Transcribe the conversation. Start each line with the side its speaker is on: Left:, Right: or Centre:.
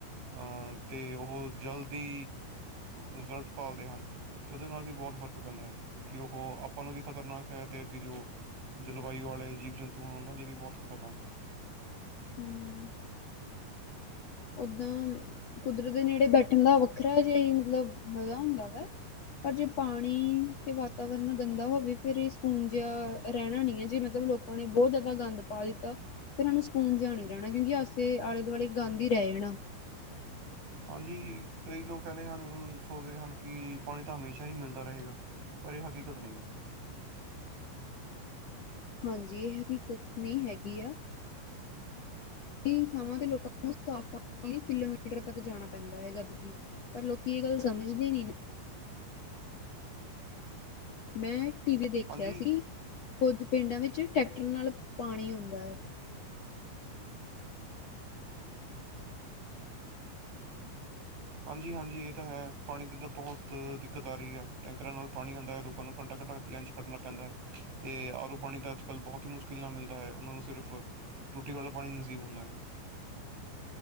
Right: ਅਤੇ ਉਹ ਜਲਦੀ ਰਿਜ਼ਲਟ ਪਾਲਦੇ ਹਨ ਤੇ ਉਹਦੇ ਨਾਲ ਵੀ ਬਹੁਤ ਫ਼ਰਕ ਪੈਂਦਾ ਹੈ ਕਿ ਉਹ ਆਪਾਂ ਨੂੰ ਵੀ ਖ਼ਤਰਨਾਕ ਹੈ ਤੇ ਅੱਗੇ ਜੋ ਜਲਵਾਯੂ ਵਾਲੇ ਜੀਵ ਜੰਤੂ ਹਨ ਉਹਨਾਂ ਲਈ ਵੀ ਬਹੁਤ ਖ਼ਤਰਨਾਕ ਹੈ।
Left: ਹਂ, ਓਦਾਂ ਕੁਦਰਤ ਦੇ ਨੇੜੇ ਬੈਠਣ ਦਾ ਵੱਖਰਾ ਜਿਆ ਈ ਮਤਲਬ ਮਜ਼ਾ ਹੁੰਦਾ ਵਾ। ਪਰ ਜੇ ਪਾਣੀ ਤੇ ਵਾਤਾਵਰਨ ਗੰਦਾ ਹੋਵੇ ਫਿਰ ਇਹ ਸਕੂਨ ਜਿਹਾ ਰਹਿਣਾ ਨਈਂ ਐ ਜੇ ਮਤਲਬ ਲੋਕ ਆਪ ਨੇ ਬਹੁਤ ਜ਼ਿਆਦਾ ਗੰਦ ਪਾ ਦਿੱਤਾ ਫਿਰ ਹਾਨੂੰ ਸ ਕੂਨ ਜਿਆ ਨੀ ਰਹਿਣਾ ਕਿਉਂਕਿ ਅਸੀਂ ਆਲੇ-ਦੁਆਲੇ ਗੰਧ ਈ ਰਹਿ ਜਾਣਾ।
Right: ਹਾਂਜੀ ਕਈ ਲੋਕ ਕਹਿੰਦੇ ਹਨ, ਸੋਚਦੇ ਹਨ ਕਿ ਪਾਣੀ ਤਾਂ ਹਮੇਸ਼ਾ ਹੀ ਮਿਲਦਾ ਰਹੇਗਾ। ਪਰ ਇਹ ਹਕੀਕਤ ਨਈ ਹੈ।
Left: ਹਾਂਜੀ, ਇਹ ਹਕੀਕਤ ਨਹੀ ਹੈਗੀ ਆ। ਕਈ ਥਾਵਾਂ ਤੇ ਲੋਕਾਂ ਨੂੰ ਸਾਫ ਪਾਣੀ ਲੀ ਕਿਲੋਮੀਟਰ ਤੱਕ ਜਾਣਾ ਪੈਂਦਾ ਐ ਜਦਕਿ। ਪਰ ਲੋਕੀ ਇਹ ਗੱਲ ਸਮਝਦੇ ਨੀ ਨਾ। ਮੈਂ ਟੀ ਵੀ ਦੇਖਿਆ
Right: ਹਾਂਜੀ
Left: ਸੀ ਕੁਜ ਪਿੰਡਾਂ ਵਿੱਚ ਟਰੈਕਟਰ ਨਾਲ ਪਾਣੀ ਆਉਂਦਾ ਐ।
Right: ਹਾਂਜੀ-ਹਾਂਜੀ, ਏਹ ਤਾਂ ਹੈ ਪਾਣੀ ਦੀ ਤਾ ਬੋਤ ਦਿੱਕਤ ਆ ਰਈ ਐ, ਟੈਂਕਰਾਂ ਨਾਲ ਪਾਣੀ ਆਂਦਾ ਐ ਲੋਕਾਂ ਨੂੰ ਘੰਟਾ-ਘੱਟਾ ਲੈਂਚ ਖੜਨਾ ਪੈਂਦਾ ਤੇ ਆਰੋ ਪਾਣੀ ਤਾਂ ਅੱਜ-ਕੱਲ ਬੋਹਤ ਹੀ ਮੁਸ਼ਕਿਲ ਨਾਲ ਮਿਲਦਾ ਹੈ ਓਨਾਂ ਨੂੰ ਸਿਰਫ ਟੂਟੀ ਵਾਲਾ ਪਾਣੀ ਨਸੀਬ ਹੁੰਦਾ ਐ।